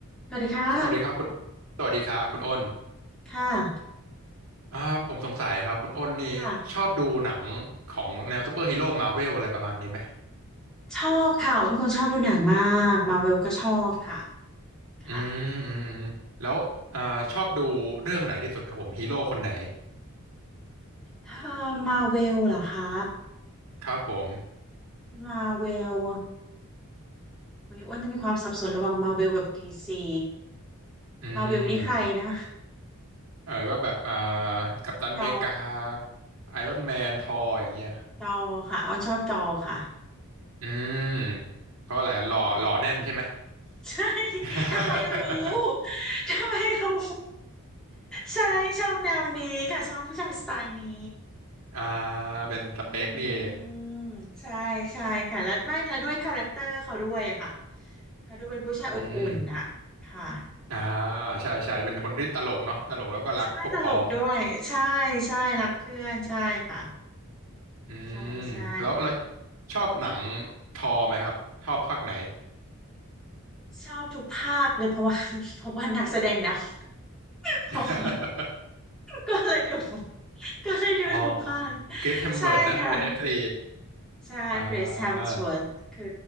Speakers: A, in the centre; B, on the right.
A: สวัสดีค่ะ
B: สวัสดีครับคุณสวัสดีครับคุณอ้น
A: ค่ะ
B: อ่าผมสงสัยครับคุณอ้นนี่ชอบดูหนัง
A: ค่ะ
B: ของแนวซูเปอร์ฮีโร่มาเวลอะไรประมาณนี้ไหม
A: ชอบค่ะอ๋อเป็นคนชอบดูหนังมากมาเวลก็ชอบค่ะ
B: อืมอืมอืมแล้วอ่าชอบดูเรื่องไหนที่สุดครับผมฮีโร่คนไหน
A: ค่ะเอ่อมาเวลเหรอคะ
B: ครับผม
A: มาเวลโอ้ยอ้วนจะมีความสับสนระหว่างมาเวลกับดีซี
B: อืม
A: มาเวลนี่ใครนะ
B: เออก็แบบอ่ากัปตันอเมริกา
A: จอ
B: ไอรอนแมนทอร์อย่างเงี้ยครับ
A: จอค่ะอ้อนชอบจอค่ะ
B: อืมเพราะอะไรหล่อหล่อแน่นใช่ไหม
A: <laughs> ใช่ <laughs>
B: <laughs>
A: ทำไมรู้ ทำไมรู้ ใช่ ชอบแนวนี้ค่ะ ชอบผู้ชายสไตล์นี้
B: อ่าเป็นสเปคนี่เอง
A: อืมใช่ใช่ค่ะแล้วไม่แล้วด้วยคาแรคเตอร์เขาด้วยอะค่ะ ค่ะดูเป็นผู้ชายอบอุ่นน่ะค่ะ
B: อืม อ่าใช่ใช่เป็นคนที่ตลกเนาะตลกแล้วก็รักพวกพ้อง
A: ใช่ตลกด้วยใช่ใช่รักเพื่อนใช่ค่ะ
B: อืมแล้วเรา
A: ใช่ใช่
B: ชอบหนังทอไหมครับชอบภาคไหน
A: ชอบทุกภาคเลยเพราะว่า <laughs> เพราะว่านักแสดงนำ <laughs> เพราะว่า
B: <laughs>
A: ก็เลยดู <laughs> ก็เลยดูทุกภาค
B: อ๋อคริสเฮมสเวิร์ดนะเป็นเอฟซี
A: ใช่ค่ะใช่คริสแฮมส
B: อ่า
A: w ว r t h คือ